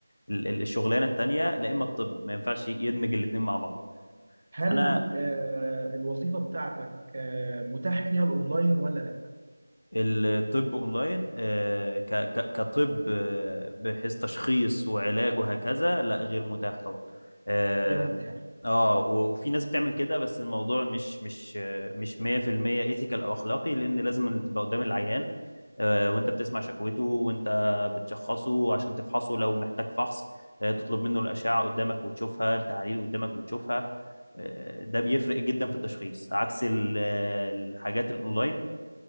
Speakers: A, on the left (about 60°); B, on the right (about 35°).
A: ال- الشغلانة التانية لا اما الطب ما ينفعش يدمج الاتنين مع بعض
B: هل
A: فانا
B: آه، الوظيفة بتاعتك آه، متاح فيها الأونلاين ولا لا
A: الطب اونلاين آه، ك- ك- كطب آه، بحيث تشخيص وعلاج وهكذا لا غير متاح طبعا اه
B: غير متاح
A: آه، و- وفي ناس بتعمل كده بس الموضوع مش مش آه، مش 100% ايثيكال او اخلاقي لان لازم اللي تبقى قدام العيان آه، وانت بتسمع شكوته وانت بتشخصه عشان تفحصه لو محتاج فحص آه، تطلب منه الاشعه قدامك وتشوفها التحاليل قدامك وتشوفها آه، ده بيفرق جدا في التشخيص عكس ال- آه، الحاجات الاونلاين